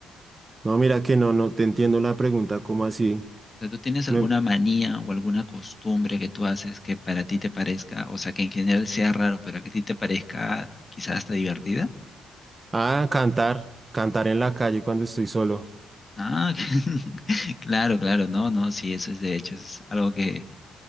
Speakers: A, on the right (about 25°); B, on the left (about 25°).
A: No, mira que no, no te entiendo la pregunta, ¿cómo así?
B: sea, ¿tú tienes alguna
A: Me-
B: manía o alguna costumbre que tú haces que para ti te parezca, o sea, que en general sea raro, pero que a ti te parezca quizás hasta divertida?
A: Ah, cantar, cantar en la calle cuando estoy solo.
B: Ah, <laughs> claro, claro, no, no, sí, eso es de hecho, es algo que,